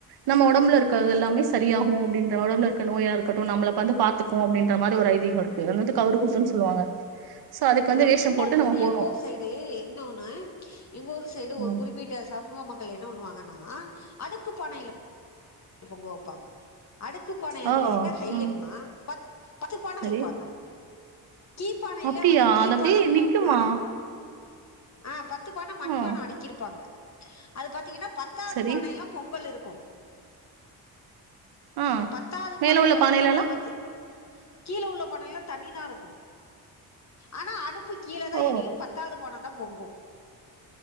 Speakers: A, on the right; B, on the left.
A: நம்ம ஒடம்புல இருக்க எல்லாமே சரியாகு அப்டின்ற அளவுல்ல இரு க்கு நோயா இருக்கட்டு நம்மள வந்து பாத்துக்கு அப்டின்ற மாரி ஐதீகொ இருக்கு அத வந்து கவுரு குத்துன் சொல்லுவாங்க சோ அதுக்கு
B: அ
A: வந்து வேஷம்
B: இன்னொன்னு
A: போட்டு நம்ம
B: வந்து
A: போனு
B: எங்க ஊரு சைடு இன்னொன்னு எங்க ஊரு சைடு ஒரு
A: ம்
B: குறிப்பிட்ட சமூக மக்கள் மக்கள் என்ன பண்ணுவாங்கன்னா அடுக்கு பானையில பொங்க வெப்பாங்க அடுக்கு பானை அதுல
A: ஓ
B: என்ன ஹைலைட்னா
A: ம்
B: பத் பத்து பான
A: சரி
B: வச்சிருப்பாங்க <inaudible> கீ பானைல
A: அப்டியா
B: வந்து கீ
A: அது அப்டியே
B: பானைல
A: நிக்குமா
B: ஆ ஆ பத்து பத்து பான மண்பான
A: ஆ
B: அடிக்கிருப்பாங்க அது பாத்தீங்கன்னா பத்தாவது
A: சரி
B: பானையில்ல பொங்கல் இருக்கு க்கு
A: ஆ
B: பத்தாவது
A: மேல
B: பானையிலதா
A: உள்ள பானைலலா
B: பொங்கல் வச்சு கீழ உள்ள பானைல்லா தண்ணி தா இருக்கு ஆனா அடுப்புக்கு கீழ தா
A: ஓ
B: எரியு பத்தாவது பான பொங்கு